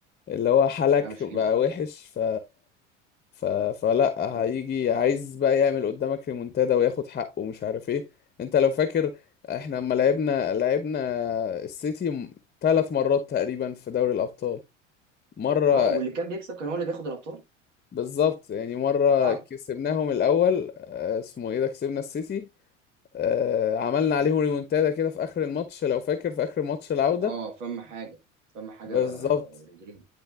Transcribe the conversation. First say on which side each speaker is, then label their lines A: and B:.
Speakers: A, on the left; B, on the right.
A: اللي هو حالك
B: كانت طريقه مش
A: بقى
B: حلوه كمان
A: وحش ف... ف... فلا
B: الدوري.
A: هيجي عايز بقى يعمل قدامك ريمونتادا وياخد حقه ومش عارف إيه أنت لو فاكر إحنا لما لعبنا لعبنا السيتي م- ثلاث مرات تقريبا في دوري الأبطال مرة
B: اه واللي كان بيكسب كان هو اللي بياخد الابطال
A: بالظبط يعني مرة
B: قاعده
A: كسبناهم الأول آه، اسمه إيه ده كسبنا السيتي آه، عملنا عليهم ريمونتادا كده في اخر الماتش لو فاكر في اخر ماتش العودة
B: اه فما حاجه فما حاجه
A: بالظبط
B: رودريجو